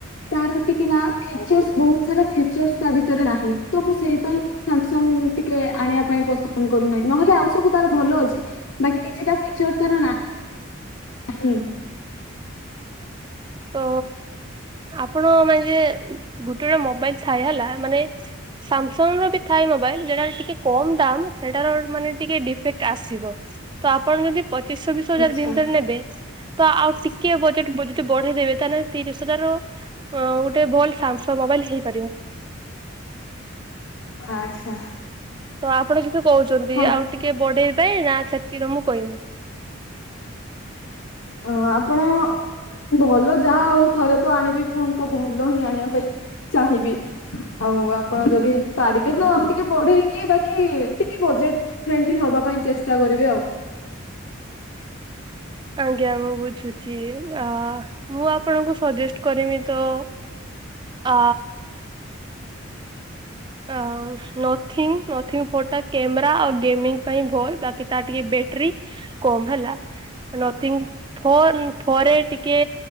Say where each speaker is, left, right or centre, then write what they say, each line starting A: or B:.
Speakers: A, on the left; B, on the right.
A: ତାର ଟିକେ ନା ଫିଚର୍ସ ବହୁତ ସାରା ଫିଚର୍ସ ତା ଭିତରେ ନାହିଁ ତ ମୁଁ ସେଇ ପାଇଁ। ସାମସଙ୍ଗ ଟିକେ ଆଣିବା ପାଇଁ ପସନ୍ଦ କରୁନାହିଁ ନହେଲେ ଆଉ ସବୁ ତାର ଭଲ ଅଛି ବାକି ଟ ସେଇା ଫିଚର ତାର ନା ହୁଁ
B: ତ ଆପଣ ମାନେ ଯେ ଗୁଟେଟେ ମୋବାଇଲ ଥାଇ ହେଲା ମାନେ ସାମସଙ୍ଗ ର ବି ଥାଏ ମୋବାଇଲ ଯଟା ଟିକେ କମ ଦାମ୍ ସେଟାର ମାନେ ଟିକେ ଡିଫେକ୍ଟ। ଆସିବ ତ ଆପଣ ଯଦି ପଚିଶଶହବିଶ ହଜାର
A: ଆଚ୍ଛା
B: ଭନ୍ରେ ନେବେ। ତ ଆଉ ଟିକେ ବଜେଟ ବ ବଢେଇ ଦେେବେ ତାେଲେ ତିରିଶ ହଜାର ଗୋଟେ ଭଲ ସାମସଙ୍ଗ ମୋବାଇଲ ହେଇପାରିବ।
A: ଆଚ୍ଛା।
B: ତ ଆପଣ ସେଠୁ କହୁଛନ୍ତି
A: ହଁ
B: ଆଉ ଟିକେ ବଢେଇ ପାଇଁ ନା ସେତିକିିରେ ମୁଁ କହିବି।
A: ଅ ଆପଣ ଭଲ ଯାହା ହଉ ଥରେ ତ ଆଣିବି ଫୋନ ତ ଭଲ ହିଁ ଆଣିବା ପାଇଁ। ଚାହିଁବି। ଆଉ ଆପଣ ଯଦି ପାରିବେ ତ ଆଉ ଟିକେ ବଢେଇକି ବାକି ଟିକେ ବଜେଟ। ଫ୍ରେଣ୍ଡଲି ହବା ପାଇଁ ଚେଷ୍ଟା କରିବି ଆଉ।
B: ଆଜ୍ଞା ମୁଁ ବୁଝୁଛି ଆ ମୁଁ ଆପଣଙ୍କୁ ସଜେଷ୍ଟ କରମି ତ ଅ ଅ ନଥିଂ ନୋଥିଂ ଫ ଟୋ କ୍ୟାମେରା ଆଉ ଗେମିଙ୍ଗ ପାଇଁ ଭଲ ବାକି ତା ଟିକେ ବ୍ୟାଟରୀ। କମ ହେଲା ନଥିଂ ଫ ଫରେ ଟିକେ।